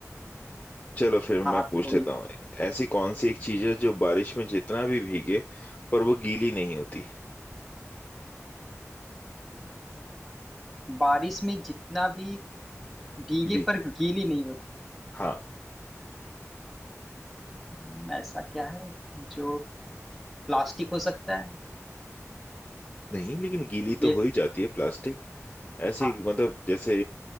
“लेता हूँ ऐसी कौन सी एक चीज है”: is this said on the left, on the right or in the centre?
Left